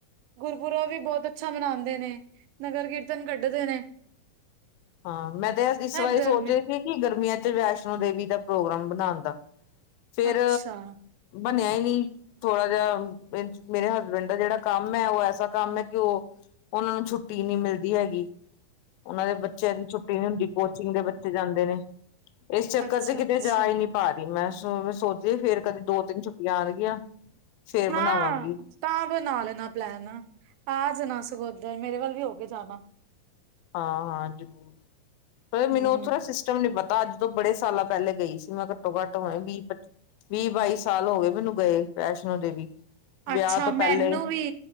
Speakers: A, on the right; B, on the left.
A: ਗੁਰਪੁਰਬ ਵੀ ਬਹੁਤ ਅੱਛਾ ਮਨਾਂਦੇ ਨੇ, ਨਗਰ ਕੀਰਤਨ ਕੱਢਦੇ ਨੇ।
B: ਹਾਂ, ਮੈਂ ਤੇ ਇਸ ਵਾਰੀ
A: ਏਧਰ
B: ਸੋਚ
A: ਨੇ
B: ਰੀ ਸੀ ਕਿ ਗਰਮੀਆਂ ਚ ਵੈਸ਼ਨੋ ਦੇਵੀ ਦਾ ਪ੍ਰੋਗਰਾਮ ਬਣਾਂਣ ਦਾ। ਫੇਰ
A: ਅੱਛਾ
B: ਬਣਿਆ ਈ ਨੀ। ਥੋੜਾ ਜਿਹਾ ਮੇਰੇ ਹਸਬੈਂਡ ਦਾ ਜੇੜਾ ਕੰਮ ਐ, ਔ ਐਸਾ ਕੰਮ ਐ ਕਿ ਓ ਓਹਨਾਂ ਨੂੰ ਛੁੱਟੀ ਨੀ ਮਿਲਦੀ ਹੈਗੀ। ਓਹਨਾਂ ਬੱਚਿਆਂ ਦੀ ਛੁੱਟੀ ਨੀ ਹੁੰਦੀ, ਕੋਚਿੰਗ ਦੇ ਬੱਚੇ ਜਾਂਦੇ ਨੇ, ਇਸ ਚੱਕਰ
A: ਅੱਛਾ
B: ਤੇ ਕਿਤੇ
A: ਅੱਛਾ
B: ਜਾ ਈ ਨੀ ਪਾ ਮੈਂ ਸੋ ਸੋਚਦੀ ਫੇਰ ਕਦੀ ਦੋ ਤਿੰਨ ਛੁੱਟੀਆਂ ਆਣਗੀਆਂ, ਫੇਰ ਬਣਾਵਾਂਗੀ।
A: ਹਾਂ ਤਾਂ ਬਨਾ ਲੈਣਾ ਪਲੈਨ, ਆ ਜਾਣਾ ਸਗੋ ਐਧਰ ਮੇਰੇ ਵੱਲ ਵੀ ਹੋ ਕੇ ਜਾਣਾ।
B: ਹਾਂ- ਹਾਂ ਜ਼ਰੂਰ। ਪਰ ਮੈਨੂੰ
A: ਹਮ
B: ਓਥੋਂ ਦਾ ਸਿ ਸਟਮ ਨੀ ਪਤਾ। ਅੱਜ ਤੋਂ ਬੜੇ ਸਾਲਾਂ ਪਹਿਲੇ ਗਈ ਸੀ ਮੈਂ ਘੱਟੋ ਘੱਟ ਹੋਣੇ ਵੀਹ ਪੱਚੀ ਵੀਹ ਬਾਈ ਸਾਲ ਹੋ ਗਏ ਮੈਨੂੰ ਗਏ ਵੈਸ਼ਨੋ ਦੇਵੀ। ਵਿਆਹ
A: ਅੱਛਾ
B: ਤੋਂ ਪਹਿਲੇ
A: ਮੈਨੂੰ ਵੀ,